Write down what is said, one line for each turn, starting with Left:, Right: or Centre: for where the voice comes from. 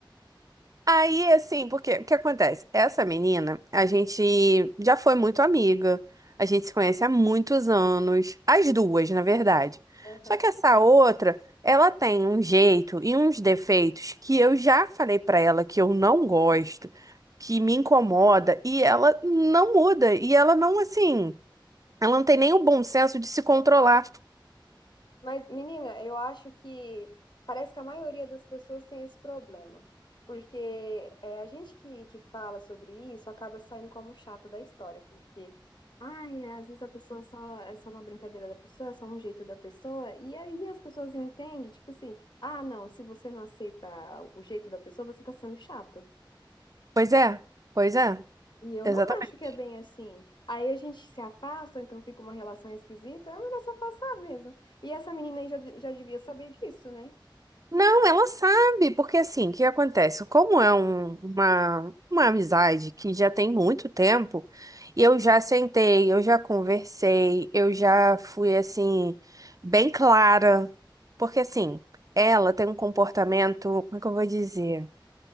Right: Aí, assim, porque o que acontece? Essa menina, a gente já foi muito amiga, a gente se conhece há muitos anos, as duas, na verdade.
Left: Aham.
Right: Só que essa outra, ela tem um jeito e uns defeitos que eu já falei pra ela que eu não gosto, que me incomoda, e ela não muda, e ela não, assim, ela não tem nem o bom senso de se controlar.
Left: Mas, menina, eu acho que parece que a maioria das pessoas tem esse problema. Porque é, a gente que, que fala sobre isso acaba saindo como chata da história. Porque, ai, às vezes a pessoa só é só uma brincadeira da pessoa, é só um jeito da pessoa. E aí as pessoas entendem, tipo assim, ah, não, se você não aceita o jeito da pessoa, você tá sendo chata.
Right: Pois é, pois é,
Left: E eu
Right: exatamente.
Left: não acho que é bem assim. Aí a gente se afasta, então fica uma relação esquisita, é melhor se afastar mesmo. E essa menina aí já, já devia saber disso, né?
Right: Não, ela sabe, porque assim, o que acontece? Como é um- uma, uma amizade que já tem muito tempo, e eu já sentei, eu já conversei, eu já fui assim, bem clara. Porque assim, ela tem um comportamento, como é que eu vou dizer?